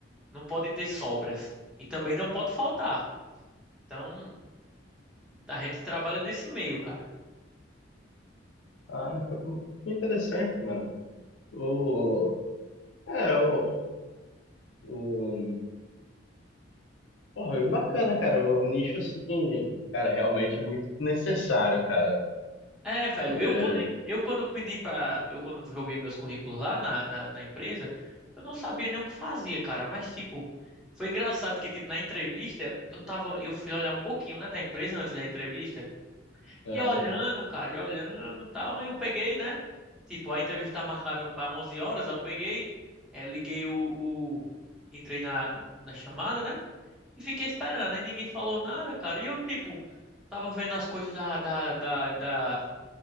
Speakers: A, in the centre; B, on the left (about 80°).
A: Não pode ter sobras. E também não pode faltar. Então, a gente trabalha nesse meio, cara.
B: Ah, que interessante, mano. O, é, o, o, porra, é bacana, cara. O nicho, assim, cara, é realmente muito necessário, cara.
A: É, velho,
B: Eu vejo.
A: eu quando eu quando pedi para eu quando joguei meus currículos lá na, na, na empresa, eu não sabia nem o que fazia, cara, mas tipo, foi engraçado que tipo na entrevista, eu tava, eu fui olhar um pouquinho, né, da empresa antes da entrevista,
B: Aham.
A: e olhando, cara, e olhando, tal, aí eu peguei, né? Tipo, a entrevista tá marcada para 11 horas, aí eu peguei, é, liguei o, o entrei na na chamada, né? E fiquei esperando, aí ninguém falou nada, cara, e eu tipo Tava vendo as coisas da, da, da, da